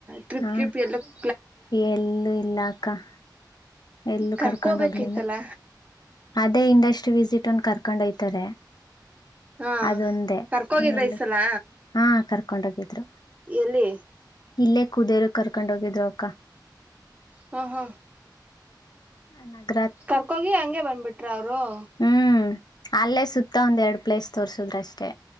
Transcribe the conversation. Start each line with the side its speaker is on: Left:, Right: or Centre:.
Right: ಟ್ರಿಪ್
Left: ಹಾ
Right: ಟ್ರಿಪ್ ಎಲ್ಲೂ <inaudible>
Left: ಎಲ್ಲೂ ಇಲ್ಲಕ್ಕ. <inaudible> ಎಲ್ಲೂ
Right: ಕರ್ಕೋಬೇಕಿತ್ತಲ್ಲ
Left: ಕರ್ಕೊಂಡ್ ಹೋಗ್ಲಿಲ್ಲ ಅದೇ ಇಂಡಸ್ಟ್ರಿ ವಿಸಿಟ್. <inaudible> ಇತ್ತನ ಕರ್ಕೊಂಡ ಹಯ್ತಾರೆ
Right: ಹಾಂ
Left: ಅದೊಂದೇ
Right: ಕರ್ಕೋಗಿದ್ರ
Left: ಇನ್ನ ಎಲ್ಲೂ
Right: ಈ ಸಲ
Left: <inaudible> ಹಾ ಕರ್ಕೊಂಡ ಹೊಗಿದ್ರು. <inaudible>
Right: ಎಲ್ಲಿ? <inaudible>
Left: ಇಲ್ಲೇ ಕುದೇರು ಕರ್ಕೊಂಡ ಹೋಗಿದ್ರು ಅಕ್ಕ. <inaudible>
Right: ಹಾ ಹಾ <inaudible>
Left: ಅನಲ್ಲ. <inaudible>
Right: ಕರ್ಕೋಗಿ ಹಂಗೆ ಬಂದ್ಬಿಟ್ರ ಅವರು? <inaudible>
Left: ಹು ಅಲ್ಲೇ ಸುತ್ತ ಒಂದ್ ಎರಡು ಪ್ಲೇಸ್ ತೋರ್ಸುದ್ರಷ್ಟೇ.